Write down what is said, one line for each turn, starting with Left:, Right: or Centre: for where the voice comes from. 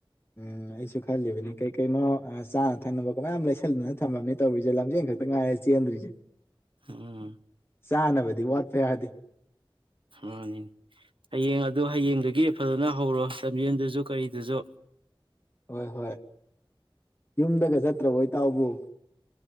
Left: ꯎꯝ ꯑꯩꯁꯨ ꯈꯜꯂꯤꯕꯅꯦ ꯀꯩ ꯀꯩꯅꯣ ꯆꯥꯅ ꯊꯛꯅꯕ ꯃꯌꯥꯝ ꯂꯩꯁꯟꯗꯅ ꯊꯝꯃꯝꯅꯦ ꯇꯧꯔꯤꯁꯦ ꯂꯝꯖꯦꯟ ꯈꯛꯇ ꯉꯥꯏꯔꯦ ꯆꯦꯟꯗ꯭ꯔꯤꯁꯦ꯫
Right: ꯎꯝ
Left: ꯆꯥꯅꯕꯗꯤ ꯋꯥꯠꯄ ꯌꯥꯗꯦ꯫
Right: ꯃꯥꯅꯤ ꯍꯌꯦꯡ ꯑꯗꯨ ꯍꯌꯦꯡꯗꯒꯤ ꯐꯖꯅ ꯍꯧꯔꯣ ꯂꯝꯖꯦꯜꯗꯨꯁꯨ ꯀꯩꯗꯨꯁꯨ꯫
Left: ꯍꯣꯏ ꯍꯣꯏ ꯌꯨꯝꯗꯒ ꯆꯠꯇ꯭ꯔꯕꯣ ꯏꯇꯥꯎꯕꯨ꯫